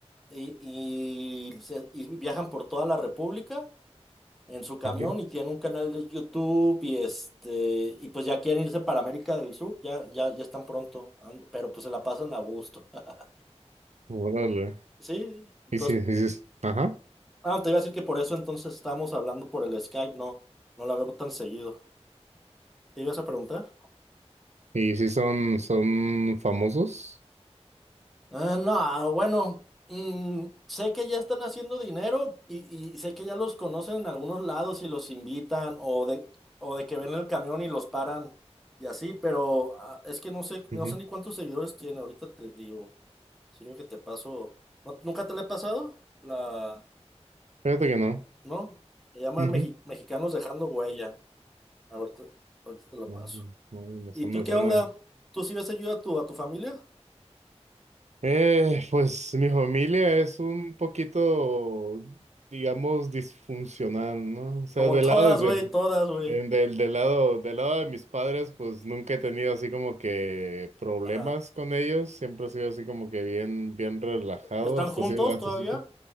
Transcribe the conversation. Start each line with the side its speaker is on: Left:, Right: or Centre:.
Centre: Y, y se- y viajan por toda la República en su camión
Right: ujú.
Centre: y tiene un canal de YouTube y este y pues ya quieren irse para América del Sur, ya ya ya están pronto, and- pero pues se la pasan a gusto. <laughs>
Right: Órale.
Centre: Sí, entonces
Right: Y si, y si es- ajá.
Centre: ah, te iba a decir que por eso entonces estamos hablando por el Skype, no no la vemos tan seguido. ¿Te ibas a preguntar?
Right: ¿Y si son, son famosos?
Centre: Ah, no, bueno, mm, sé que ya están haciendo dinero y, y sé que ya los conocen en algunos lados y los invitan o de, o de que ven el camión y los paran y así, pero ah, es que no sé, no
Right: Ujú.
Centre: sé ni cuántos seguidores tiene, ahorita te digo, sirve que te paso, ¿No- ¿nunca te le he pasado? La,
Right: Fíjate que no.
Centre: ¿no? Le llaman
Right: Ujú.
Centre: Meji- mexicanos dejando huella, ahorita, ahorita te lo
Right: No,
Centre: paso.
Right: no, no, no, eso
Centre: ¿Y tú
Right: me
Centre: qué
Right: suena.
Centre: onda? ¿Tú sí ves seguido a tu, a tu familia?
Right: Eh, pues mi familia es un poquito, digamos, disfuncional, ¿no? O sea,
Centre: Como
Right: del
Centre: todas,
Right: lado de,
Centre: güey, todas, güey.
Right: de- del, del lado, del lado de mis padres, pues nunca he tenido así como que problemas
Centre: Ajá.
Right: con ellos. Siempre he sido así como que bien, bien relajado
Centre: ¿Están
Right: hasta
Centre: juntos
Right: cierto, hasta
Centre: todavía?
Right: cierto.